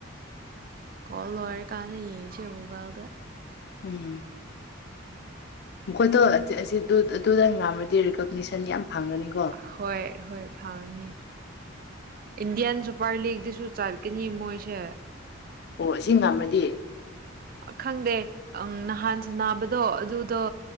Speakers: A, on the right (about 45°); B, on the left (about 50°).
A: ꯀ ꯋꯥꯔ ꯀꯥꯥꯟ ꯌꯦ ꯆꯒꯗ
B: ꯎꯝ ꯣꯠꯇꯣ ꯑꯗꯨꯗ ꯉꯥꯝꯃꯗꯤ ꯦꯀꯣꯅꯤꯁꯟ ꯌꯥꯝ ꯐꯪꯒꯅꯤꯀꯣ
A: ꯍꯣꯏ ꯍꯣꯏ ꯐꯥꯅꯤ ꯏꯟꯗꯤꯌꯥꯟ ꯁꯨꯄꯔ ꯂꯤꯒꯗꯤꯁꯨ ꯆꯠꯀꯅꯤ ꯃꯣꯏꯁꯦ
B: ꯑꯣ ꯑꯁꯤ ꯉꯃꯗꯤ
A: ꯈꯪꯗꯦ ꯑ ꯅꯍꯥꯟ ꯁ ꯅꯥꯕꯗꯣ ꯑꯗꯨꯗꯣ